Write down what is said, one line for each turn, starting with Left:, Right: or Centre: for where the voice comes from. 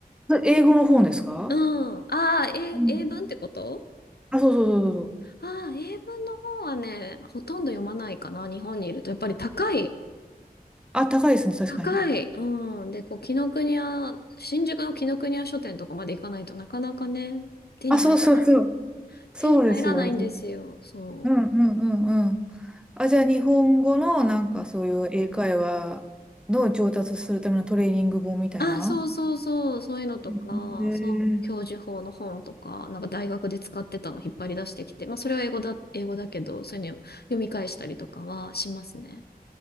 Centre: それ英語の本ですか
Left: うん。ああ、英、
Centre: うん
Left: 英文ってこと
Centre: あ、そうそうそうそうそう。
Left: ああー、英文の本はね、ほとんど読まないかな、日本にいると。やっぱり高い。
Centre: あ、高いですね、確かに。
Left: 高い。うん。で、こう、紀ノ国屋、新宿の紀ノ国屋書店とかまで行かないとなかなかね、手に入らない。
Centre: あ、そうそうそう。そうですよね。
Left: 手に入らないんですよ。そう。
Centre: うんうんうんうん。あ、じゃあ日本語のなんかそういう英会話の上達するためのトレーニング本みたいな。
Left: あ、そうそうそう、そういうのとか、
Centre: へえ
Left: そう、教授法の本とか、なんか大学で使ってたの引っ張り出してきて、まあそれは英語だ、英語だけど、そういうの読み返したりとかはしますね。